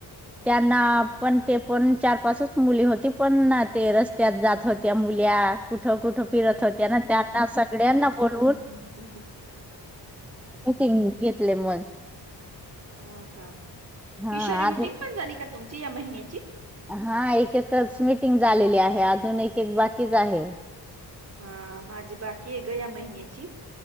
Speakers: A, in the centre; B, on the right (about 35°).
A: त्यांना पण ते पण चार पाचच मुली होती पण ते रस्त्यात जात होत्या मुल्या कुठं कुठं फिरत होत्या ना, त्यांना सगळ्यांना बोलवून
B: ह ह <inaudible>
A: मीटिंग घेतले मग.
B: हो का?
A: हा
B: किशोरी मिटिंग
A: आज
B: पण झाली का तुमची या महिन्याची.
A: हा एक एकच मिटिंग झालेली आहे, अजून एक एक बाकीच आहे.
B: हा माजी बाकीय ग या महिन्याची.